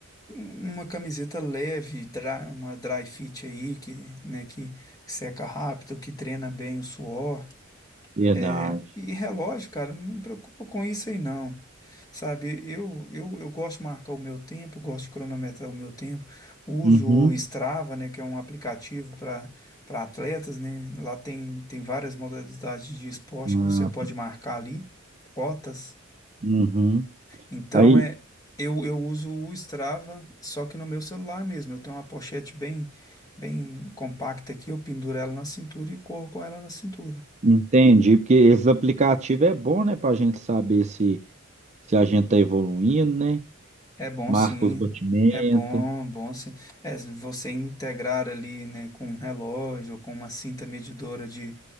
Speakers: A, on the left; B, on the right.
A: uma camiseta leve, dry- uma dry fit aí que, né, que seca rápido, que treina bem o suor.
B: Verdade.
A: É, e relógio, cara, não me preocupa com isso aí não. Sabe, eu, eu, eu gosto de marcar o meu tempo, gosto de cronometrar o meu tempo. Uso
B: Uhum.
A: o Strava, né, que é um aplicativo para para atletas, né? Lá tem, tem várias modalidades de esporte
B: Ah,
A: que você pode marcar ali, rotas.
B: uhum.
A: Então
B: Aí
A: é eu, eu uso o Strava, só que no meu celular mesmo. Eu tenho uma pochete bem bem compacta aqui, eu penduro ela na cintura e corro com ela na cintura.
B: entendi, porque esses aplicativos é bom, né, para a gente saber se se a gente tá evoluindo, né?
A: É bom
B: Marca
A: sim,
B: os batimentos.
A: é bom, bom se- é, se você integrar ali, né, com um relógio, com uma cinta medidora de,